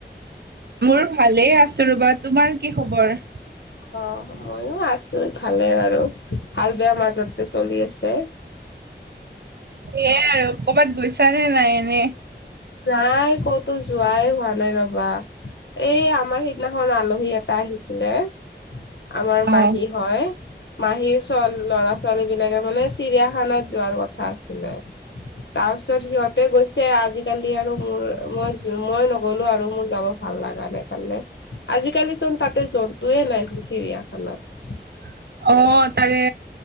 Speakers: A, on the right; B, on the left.
A: মোৰ ভালেই আছো ৰবা তোমাৰ কি খবৰ?
B: অ ময়ো আছো ভালে আৰুা ভাল বেয়া মাজতে চলি আছে।
A: এয়াই আৰু কৰবাত গৈছা নে নাই এনে।
B: নাই ক'তো যোৱাই হোৱা নাই ৰবা। এই আমাৰ সিদিনাখন আলহী এটা আহিছিলে। আমাৰ
A: অ
B: মাহী হয়। মাহীৰ চ ল'ৰা ছোৱালী বিলাকে মানে চিৰিয়াখানাত যোৱাৰ কথা আছিলে। তাৰ পিছত সিহঁতে গৈছে আজি কালি আৰু মোৰ মই মই নগলো আৰু মোৰ যাব ভাল লাগা নাই কাৰণে আজিকালি চব তাতে জন্তুৱে নাই চোন চিৰিয়াখানাত।
A: হয়। অ তাৰে